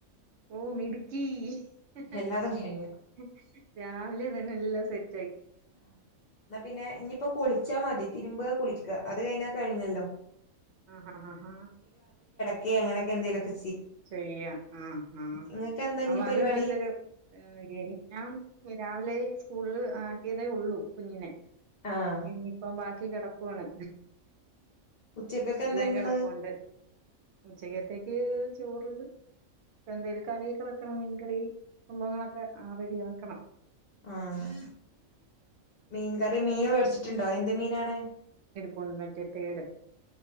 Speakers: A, on the right; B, on the left.
A: ഓ മിടുക്കി ഹ്‌
B: എല്ലാതും കഴിഞ്ഞു
A: ഹ് രാവിലെ തന്നെല്ലാം സെറ്റ്
B: ആ എന്നാ പിന്നെ ഇനിയിപ്പോ കുളി കുളി ച്ചാമതി തിരുമ്പ കുളിക്ക അത് കഴിഞ്ഞാ കഴിഞ്ഞല്ലോ
A: ആഹ് ഹഹ് ആഹ് ഹഹ്
B: ക്കെ അങ്ങനൊക്കെ നെന്തെലൊക്കെ
A: ചെയ്യ ആഹ ആഹ
B: ഇങ്ങക്ക് എന്താ
A: അപ്പൊ
B: ഇനി പരിപാടി
A: അത് നല്ലൊരു <unintelligible> രാവിലെ സ്കൂളില് ആക്കിയതേ ഉള്ളൂ കുഞ്ഞിനെ
B: ആഹ്
A: ഇനിയിപ്പം ബാക്കി കിടക്കുവാണ്
B: ഉച്ചക്കൊക്കെ
A: എല്ലാം
B: എന്താ ഇന്ന്
A: കിടപ്പുണ്ട് ഉച്ചക്കത്തേക്ക് ചോറ് എന്തേലും കറിയൊക്കെ വെക്കണം മീൻകറി സംഭവങ്ങളൊക്കെ ആ റെഡി ആക്കണം
B: ആഹ മീൻകറി മീന് മേടിച്ചിട്ടുണ്ടോ എന്ത് മീനാണ്
A: പൊൺവറ്റേ തേട്